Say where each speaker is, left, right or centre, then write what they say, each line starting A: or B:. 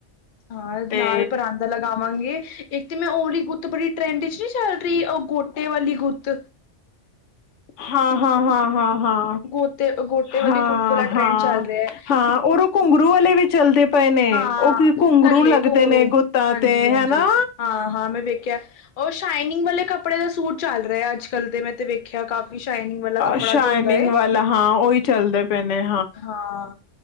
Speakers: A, on the left (about 50°); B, on the left (about 80°).
A: ਹਾਂ
B: ਤੇ
A: ਨਾਲ ਪਰਾਂਦਾ ਲਗਾਵਾਂਗੇ। ਇੱਕ ਤੇ ਮੈਂ ਓਹ ਵਾਲੀ ਗੁੱਤ ਬੜੀ ਟਰੈਂਡ ਚ ਨਹੀਂ ਚੱਲ ਰਹੀ, ਉਹ ਗੋਟੇ ਵਾਲੀ ਗੁੱਤ?
B: ਹਾਂ ਹਾਂ ਹਾਂ ਹਾਂ।
A: ਗੋਤੇ ਗੋਟੇ ਵਾਲੀ
B: ਹਾਂ, ਹਾਂ
A: ਗੁੱਤ ਵਾਲਾ ਟਰੈਂਡ
B: ਹਾਂ,
A: ਚੱਲ ਰਿਹਾ ਹੈ
B: ਹਾਂ ਔਰ ਓਹ ਘੁੰਗਰੂ ਵਾਲੇ ਵੀ ਚੱਲਦੇ ਪਏ- ਨੇ,
A: ਹਾਂ
B: ਉਹ ਕੁ ਘੁੰਗਰੂ
A: ਥੱਲੇ
B: ਲੱਗਦੇ
A: ਘੁੰਗਰੂ
B: ਨੇ ਗੁੱਤਾਂ
A: ਹਾਂਜੀ
B: ਤੇ,
A: ਹਾਂਜੀ
B: ਹੈਨਾ।
A: ਹਾਂ ਹਾਂ ਮੈਂ ਵੇਖਿਆ ਉਹ ਸ਼ਾਈਨਿੰਗ ਵਾਲੇ ਕੱਪੜੇ ਦਾ ਸੂਟ ਚੱਲ ਰਿਹਾ ਅੱਜ ਕੱਲ੍ਹ ਦੇ, ਮੈਂ ਤੇ ਵੇਖਿਆ। ਕਾਫੀ ਸ਼ਾਈਨਿੰਗ ਵਾਲਾ ਕੱਪੜਾ
B: ਸ਼ਾਈਨਿੰਗ
A: ਜੋ ਹੁੰਦਾ ਏ।
B: ਵਾਲਾ ਹਾਂ ਉਹੀ ਚੱਲਦੇ ਪਏ ਨੇ
A: ਹਾਂ,